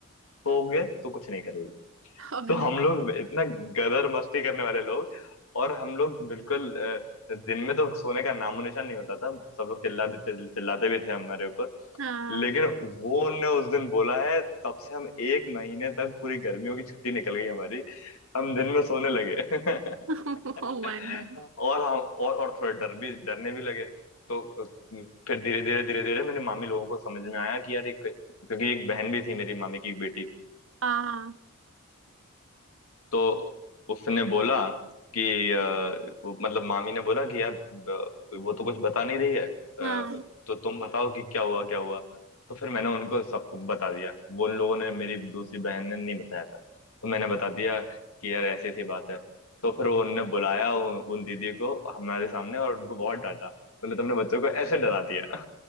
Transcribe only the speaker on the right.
और
हाँ
<laughs> Oh my God
हाँ
हाँ